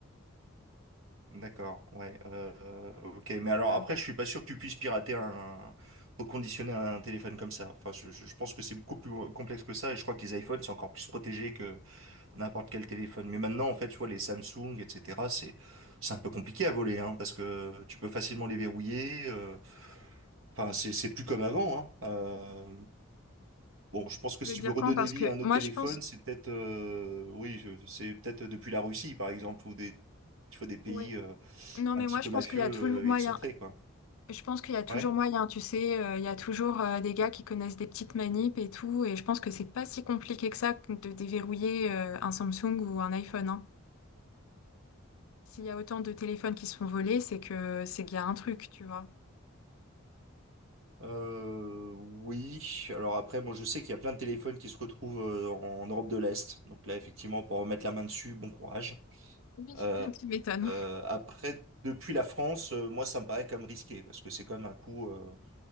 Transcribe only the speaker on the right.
D'accord, ouais. euh, ok,
mais alors
après,
je suis pas sûr que tu puisses pirater un, reconditionner un téléphone comme ça. Enfin, je, je- je pense que c'est beaucoup plus complexe que ça, et je crois que les iPhones sont encore plus protégés que N'importe quel téléphone. Mais maintenant, en fait, tu vois, les Samsung, etc., c'est, c'est un peu compliqué à voler, hein, parce que tu peux facilement les verrouiller. euh. Enfin, c'est, c'est plus comme avant, hein. Euh, bon, je pense que
si
tu
veux redonner
vie
à un autre
téléphone,
c'est peut-être, euh, oui, je- c'est peut-être depuis la Russie, par exemple, ou des, tu vois, des pays
euh,
un
petit
peu
mafieux,
euh,
excentrés, quoi.
Ouais.
Euh, oui. Alors après, bon, je sais qu'il y a plein de téléphones qui se retrouvent euh, en Europe de l'Est. Donc là, effectivement, pour remettre la main dessus, bon courage.
Euh,
euh, après, depuis la France, euh, moi, ça me paraît comme risqué parce que c'est comme un coup. euh,